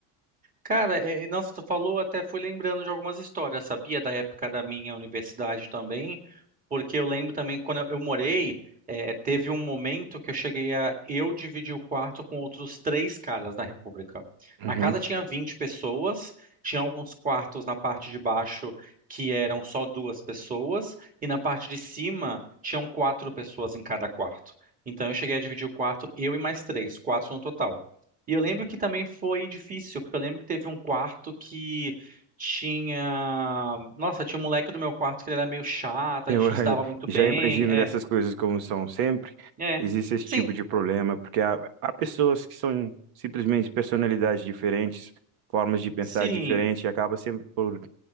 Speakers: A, on the right; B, on the right.
A: Cara, é, é- nossa, tu falou, até fui lembrando de algumas histórias, sabia? Da época da minha universidade também, porque eu lembro também quando eu, eu morei, é, teve um momento que eu cheguei a eu dividir o quarto com outros três caras na República.
B: Uhum.
A: Na casa tinha 20 pessoas, tinha alguns quartos na parte de baixo que eram só duas pessoas, e na parte de cima tinham quatro pessoas em cada quarto. Então eu cheguei a dividir o quarto, eu e mais três, quatro no total. E eu lembro que também foi difícil, porque eu lembro que teve um quarto que tinha. Nossa, tinha um moleque do meu quarto que ele era meio chato,
B: Eu
A: a gente não
B: <laughs> eh,
A: se dava muito
B: já
A: bem.
B: imagino
A: É,
B: dessas coisas como são sempre.
A: é.
B: Existe esse
A: Sim,
B: tipo de problema, porque há, há pessoas que são simplesmente personalidades diferentes, formas de pensar
A: sim.
B: diferentes, e acaba sempre por